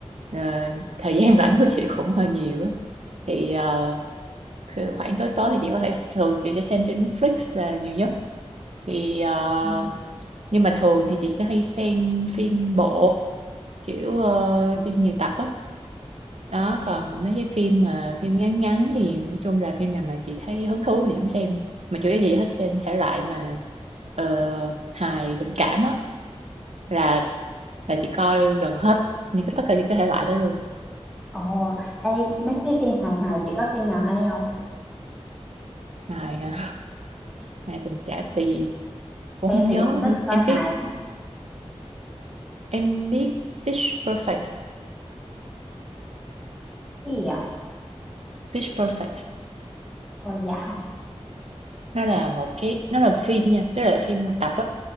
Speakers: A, on the right (about 70°); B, in the centre.
A: ờ, thời gian rảnh của chị cũng hơi nhiều á thì ờ, cứ khoảng tối tối thì chị có thể thường chị sẽ xem trên Netflix là nhiều nhất thì ờ,
B: Ừ.
A: nhưng mà thường thì chị sẽ hay xem phim bộ kiểu ờ,
B: Ừ.
A: phim nhiều tập á đó
B: À.
A: còn mấy cái phim mà phim ngắn ngắn thì nói chung là phim nào mà chị thấy hứng thú thì chị mới xem mà chủ yếu gì hết xem thể loại mà ờ, hài tình cảm á là là chị coi gần hết những cái tất cả những cái thể loại đó luôn
B: Ồ, ê, mấy cái phim hài hài chị có phim nào hay không?
A: hài hả hài tình cảm tại vì cũng
B: Em
A: không nhớ
B: thì cũng thích
A: nữa
B: coi
A: em
B: hài
A: biết
B: lắm.
A: em biết Pitch Perfect
B: Cái gì vậy?
A: Pitch Perfect
B: Ồ dạ
A: nó là một cái nó là phim nha tức là phim một tập á